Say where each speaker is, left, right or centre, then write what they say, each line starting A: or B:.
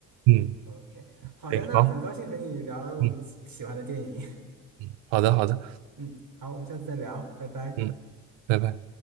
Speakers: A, on the right; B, on the right.
A: 嗯，
B: <laughs> OK，好的，
A: 对，
B: 那很高兴和你聊我们喜欢的电影，
A: 好，嗯嗯，好的好的。
B: <laughs> 嗯，好，我们下次再聊，拜拜。
A: 嗯。拜拜。